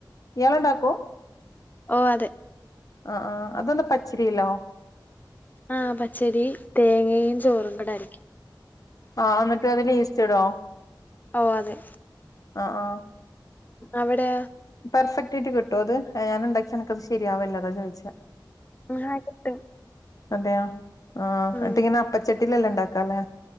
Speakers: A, on the left; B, on the left.
A: ഇയാളൊണ്ടാക്കും
B: ഓ അതെ
A: ആഹ് ആഹ് അതെന്താ പച്ചരിലോ
B: ആഹ് പച്ചരി തേങ്ങയും ചോറും കൂട അരക്കും
A: ആഹ് എന്നിട്ട് അതിന് ഈസ്റ്റ് ഇട്വോ
B: ഓ അതെ
A: ആഹ് ആഹ്
B: അവിടെ
A: പെർഫെക്റ്റ് ആയിട്ട് കിട്ടോ അത് ഞാന് ഉണ്ടാക്കിയ എനക്ക്ത് ശരിയാവല്ല അതാ ചോദിച്ച
B: ആഹ് കിട്ടും
A: അതെയോ ആഹ്
B: ഉം
A: എന്നിട്ടിങ്ങന അപ്പച്ചട്ട് ട്ടിലല്ല ഇണ്ടാക്കാലെ